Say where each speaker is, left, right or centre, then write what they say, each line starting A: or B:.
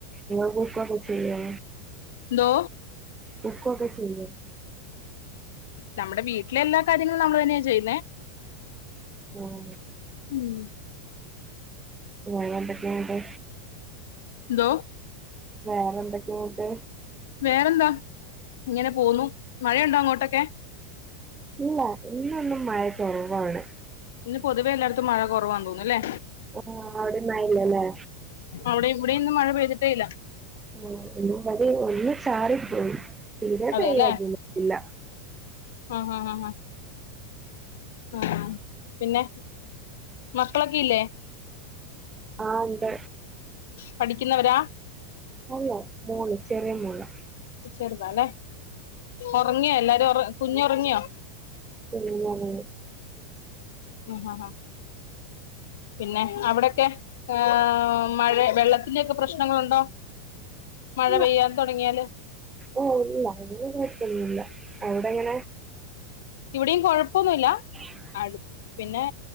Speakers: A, on the right (about 15°); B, on the left (about 65°).
A: ഇങ്ങൾ കുക്കൊക്കെ ചെയ്യോ?
B: എന്തോ
A: കുക്കൊക്കെ ചെയ്യും.
B: നമ്മടെ വീട്ടിലെ എല്ലാ കാര്യങ്ങളും നമ്മള്തന്നെയാ ചെയ്യുന്നേ.
A: ഉം
B: ഉം
A: വേറൊന്തൊക്കെയ്ണ്ട്?
B: എന്തോ?
A: വേറെ എന്തൊക്കേന്ന്ട്ട്?
B: വേറെന്താ ഇങ്ങനെ പോവുന്നു മഴയുണ്ടോ അങ്ങോട്ടൊക്കെ?
A: ഇല്ല ഇന്നൊന്നും മഴ കൊറവാണ്.
B: ഇന്ന് പൊതുവേ എല്ലാട്ത്തും മഴ കൊറവാന്ന് തോനുന്നുല്ലേ.
A: ഓ അവ്ടീം മഴല്ലല്ലേ?
B: അവ്ടെ ഇവിടെന്നും മഴ പെയ്തിട്ടേ ഇല്ല.
A: ഉം ഇന്നിവിടീം ഒന്ന് ചാറിപ്പോയി തീരെ
B: അതെല്ലേ
A: പെയ്യാതിര്ന്നിട്ട്ല്ല.
B: ആഹ് ഹ ഹ ഹാ ആഹ് പിന്നെ മക്കളൊക്കെ ഇല്ലേ?
A: ആഹ് ണ്ട്.
B: പഠിക്കുന്നവരാ
A: അല്ല മോള് ചെറിയ മോളാ
B: ചെർതാല്ലേ ഒറങ്ങിയോ എല്ലാരും ഒറ കുഞ്ഞ് ഒറങ്ങിയോ?
A: പിന്നെത്.
B: ഉം പിന്നെ അവിടൊക്കെ? ആഹ് മഴ വെള്ളത്തിന്റെക്കെ പ്രശ്നങ്ങളുണ്ടോ മഴ
A: ഇല്ല
B: പെയ്യാൻ തൊടങ്ങിയാല്?
A: ഓഹ് ഇല്ല അങ്ങനെ കൊഴപ്പന്നുല്ല അവ്ടെ എങ്ങനെ?
B: ഇവിടിം കൊഴപ്പൊന്നുല്ല.
A: <inaudible>
B: അട് പിന്നെ